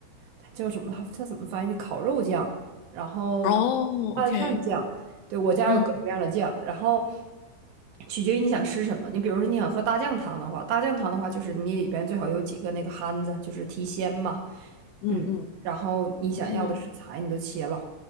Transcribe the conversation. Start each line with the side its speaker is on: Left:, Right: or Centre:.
Right: 它叫什么？它它怎么翻译？烤肉酱，然后
Left: 哦，OK，
Right: 拌饭酱。对，我家有各种各样的酱，
Left: 嗯
Right: 然后取决于你想吃什么。你比如说你想喝大酱汤的话，大酱汤的话就是你里边最好有几个那个憨子，就是提鲜嘛，
Left: 嗯嗯
Right: 嗯，然后你想要的食材你都切了，
Left: 嗯，